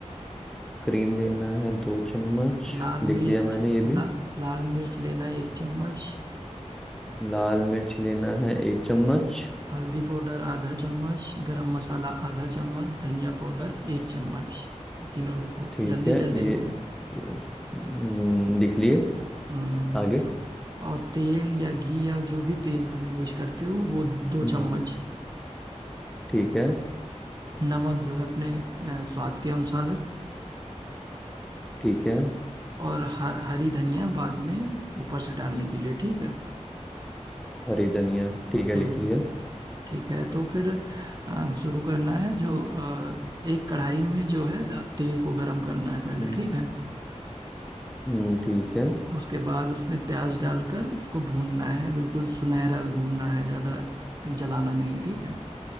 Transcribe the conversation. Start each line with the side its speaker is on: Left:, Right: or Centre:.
Centre: क्रीम लेना है दो चम्मच
Right: लाल
Centre: लिख
Right: मिर्च
Centre: लिया मैंने ये भी
Right: ला, लाल मिर्च लेना है एक चम्मच
Centre: लाल मिर्च लेना है एक चम्मच
Right: हल्दी पाउडर आधा चम्मच गरम मसाला आधा चम्मच धनिया पाउडर एक चम्मच ये तीनों लिखो
Centre: ठीक
Right: जल्दी
Centre: है
Right: जल्दी
Centre: ये
Right: लिखो
Centre: ये, हम्म, लिख लिए
Right: हम्म
Centre: आगे
Right: और तेल या घी या जो भी तेल तुम यूज करते हो वो दो
Centre: हम्म,
Right: चम्मच
Centre: ठीक है
Right: नमक जो है अपने अ, स्वाद के अनुसार
Centre: ठीक है
Right: और ह, हरी धनिया बाद में ऊपर से डालने के लिए ठीक है
Centre: हरी धनिया ठीक है
Right: हम्म
Centre: लिख लिया
Right: ठीक है तो फिर अ, शुरू करना है जो अ, एक कढ़ाई में जो है त- तेल को गरम करना है पहले
Centre: हम्म,
Right: ठीक है
Centre: हम्म, ठीक है
Right: उ- उसके बाद उसमें प्याज डालकर उसको भूनना है बिल्कुल सुनहरा भूनना है ज़्यादा जलाना नहीं है ठीक है